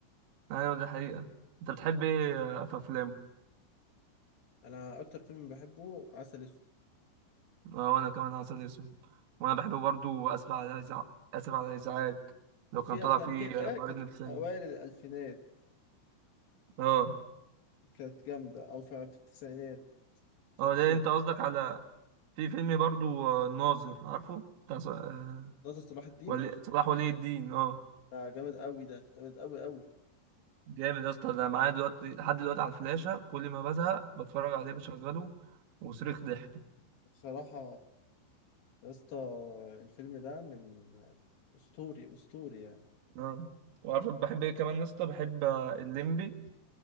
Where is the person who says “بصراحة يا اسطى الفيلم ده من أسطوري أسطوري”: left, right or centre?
Left